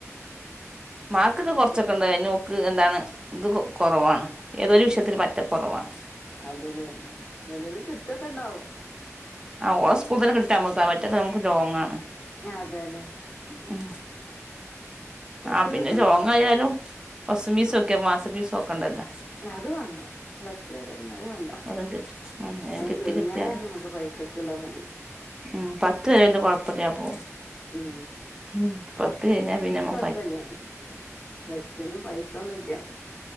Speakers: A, on the right; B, on the left.
A: മാർക്കൊക്കെ കൊറച്ചൊക്കെണ്ട്
B: അപ്പൊക്കെ
A: അയ്ന് ഓക്ക് എന്താണ് ഇത് കൊറവാണ് ഏതൊരു വിഷയത്തിന് പറ്റെകൊറവാണ്.
B: അതേ ലേ എവ്ടെലും കിട്ടൊക്കെണ്ടാവും.
A: ആഹ് ഓളെ സ്കൂളിതന്നെ കിട്ടിട്ടെ നമക്ക് ക മറ്റത് നമ്മക്ക് ലോങ്ങാണ്.
B: അതെലേ?
A: ഉം
B: ഉച്ചകേക്കുള്ള
A: ആഹ് പിന്നെ ലോങ്ങായാലും ബസ്ഫീസൊക്കിയ മാസംഫീസൊക്കണ്ടല്ലോ
B: അത് വാണ്ട പ്ലസ് ടു വരെ പിന്നെ അത് വാണ്ട
A: അതും കിട്ടി ഉം
B: അത്
A: കിട്ടി
B: കഴിഞ്ഞാലാണ്
A: കിട്ടിയാല്
B: നമ്മക്ക് പൈസ ക്ക്ള്ളപണി
A: ഉം പത്ത് വരെവല്ല്യ കൊഴപ്പല്ലാതെ പോവും
B: ഉം
A: ഉം പത്ത് കഴിഞ്ഞാ പിന്നെ മ്മ
B: പണിയാ പ്ലസ് ടുവിന് പൈസ ഒന്നുംല്ല